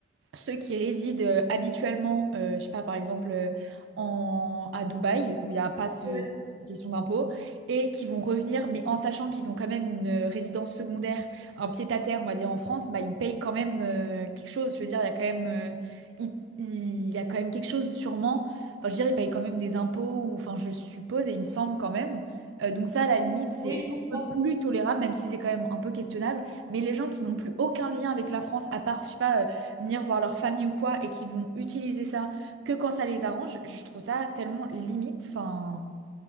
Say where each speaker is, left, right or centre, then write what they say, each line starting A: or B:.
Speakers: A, on the right; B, on the right.
A: ceux qui résident euh, habituellement, euh, je sais pas, par exemple, euh, en, à Dubaï, où il n'y a pas ce,
B: Ouais.
A: ces questions d'impôts, et qui vont revenir, mais en sachant qu'ils ont quand même une résidence secondaire, un pied-à-terre, on va dire, en France, bah, ils payent quand même euh, quelque chose. Je veux dire, il y a quand même, euh, il, il y a quand même quelque chose sûrement. Enfin, je veux dire, ils payent quand même des impôts, ou, enfin, je suppose, et il me semble quand même. Euh, donc ça, à la limite, c'est
B: Oui,
A: un
B: je
A: peu
B: vois.
A: plus tolérable, même si c'est quand même un peu questionnable. Mais les gens qui n'ont plus aucun lien avec la France, à part, je sais pas, euh, venir voir leur famille ou quoi, et qui vont utiliser ça que quand ça les arrange, je trouve ça tellement limite. Enfin,